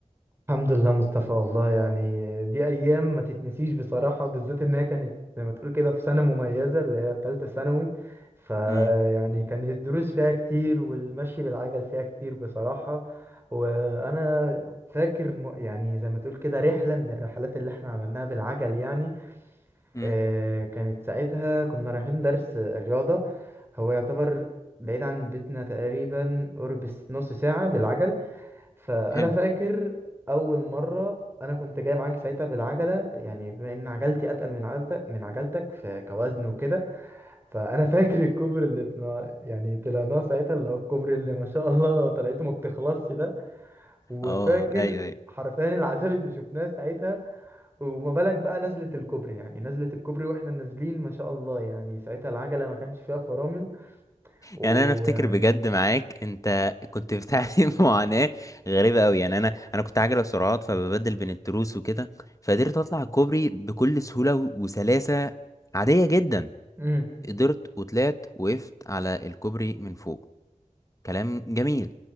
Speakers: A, on the right; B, on the left.
A: الحمد لله مصطفى والله يعني دي ايام ما تتنسيش بصراحه بالذات انها كانت زي ما تقول كده في سنه مميزه اللي هي ثالثه ثانوي فيعني
B: امم
A: كانت الدروس فيها كتير والمشي بالعجل فيها كتير بصراحه وانا فاكر م- يعني زي ما تقول كده رحله من الرحلات اللي احنا عملناها بالعجل يعني
B: امم
A: آه، كانت ساعتها كنا رايحين درس رياضه هو يعتبر بعيد عن بيتنا تقريبا قرب نص ساعه بالعجل فانا
B: حلو
A: فاكر اول مره انا كنت جاي معاك ساعتها بالعجله يعني بما ان عجلتي اتقل من عجلتك من عجلتك في كوزن وكده فانا <laughs> فاكر الكوبري اللي طلع يعني طلعناه ساعتها اللي هو الكوبري اللي ما شاء الله طلعته ما بتخلصش ده وفاكر
B: اه ايوه ايوه
A: حرفيا العذاب اللي شفناه ساعتها وما بالك بقى نزلة الكوبري يعني نزلة الكوبري واحنا نازلين ما شاء الله يعني ساعتها العجلة ما كانش فيها فرامل ويعني
B: يعني انا افتكر بجد معاك انت كنت بتعاني <laughs> معاناه غريبه قوي يعني انا انا كنت عاجله سرعات فببدل بين التروس وكده فقدرت اطلع الكوبري بكل سهوله و- وسلاسه عاديه جدا
A: مم.
B: قدرت وطلعت وقفت على الكوبري من فوق كلام جميل